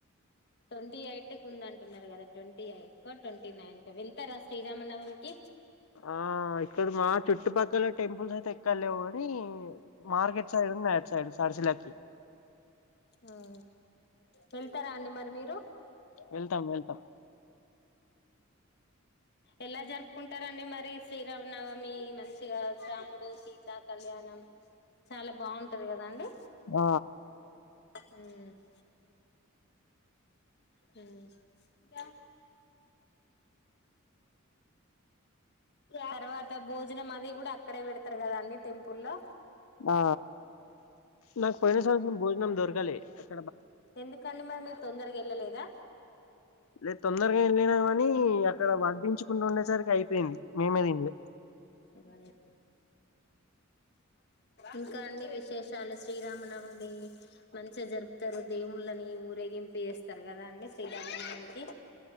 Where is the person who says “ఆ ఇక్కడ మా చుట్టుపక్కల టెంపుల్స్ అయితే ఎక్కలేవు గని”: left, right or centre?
Left